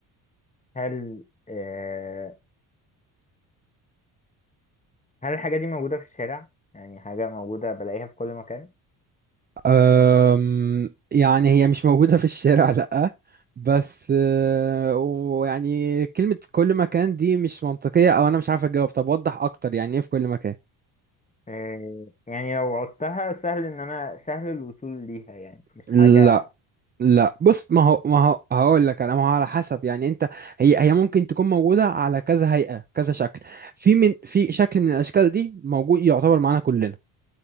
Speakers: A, on the left; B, on the right.
A: هل آه، هل الحاجة دي موجودة في الشارع يعني حاجة موجودة بلاقيها في كل مكان
B: أم، يعني هي مش موجودة في الشارع لأ بس أه، ويعني كلمة كل مكان دي مش منطقية أو أنا مش عارف أجاوب طب وضح أكتر يعني إيه في كل مكان
A: آه، يعني لو عدتها سهل إن أنا سهل الوصول ليها يعني مش
B: لا
A: حاجة
B: لا بص ما هو ما هو هقول لك انا ما هو على حسب يعني انت هي هي ممكن تكون موجوده على كذا هيئه كذا شكل في من في شكل من الاشكال دي موجود يعتبر معانا كلنا